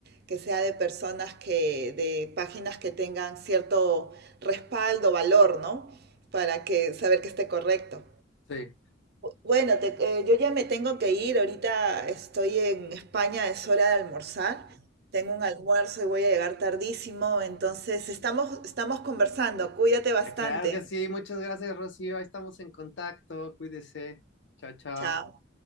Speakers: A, on the right; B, on the left.
A: que sea de personas que, de páginas que tengan cierto respaldo, valor, ¿no? Para que saber que esté correcto.
B: Sí.
A: Bueno, te- eh, yo ya me tengo que ir, ahorita estoy en España, es hora de almorzar, tengo un almuerzo y voy a llegar tardísimo, entonces
B: <laughs>
A: estamos, estamos conversando, cuídate bastante,
B: Ah, Claro que sí, muchas gracias, Rocío. Ahí estamos en contacto. Cuídese. Chao, chao.
A: chao.